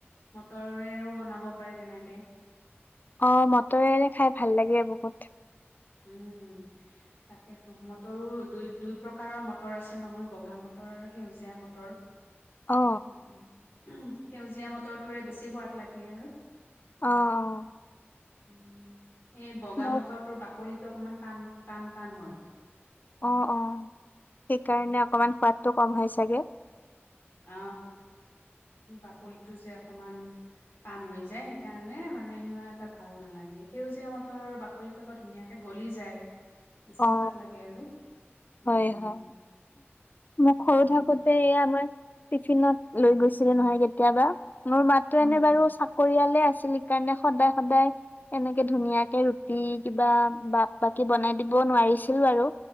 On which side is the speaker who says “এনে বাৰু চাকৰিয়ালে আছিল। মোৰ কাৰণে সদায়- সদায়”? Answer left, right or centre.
Left